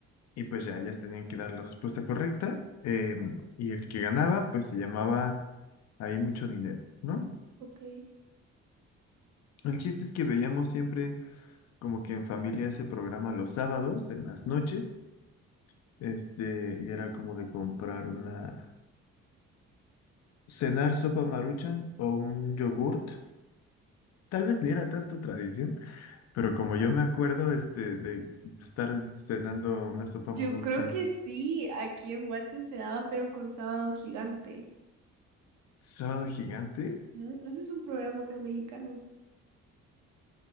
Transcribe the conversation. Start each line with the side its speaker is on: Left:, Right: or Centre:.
Left: y pues ya ellas tenían que dar la respuesta correcta. eh, y el que ganaba, pues se llamaba ahí mucho dinero, ¿no?
Right: ok.
Left: El chiste es que veíamos siempre como que en familia ese programa los sábados, en las noches,
Right: Mm,
Left: este, y era como de comprar una, cenar sopa Maruchan o un yogurt. Tal vez ni era tanto tradición, pero como yo me acuerdo, este, de estar cenando una sopa Maruchan
Right: Yo creo que sí, aquí en Guate se daba, pero con Sábado Gigante.
Left: sábado gigante,
Right: Ujú, Ese es un programa acá mexicano.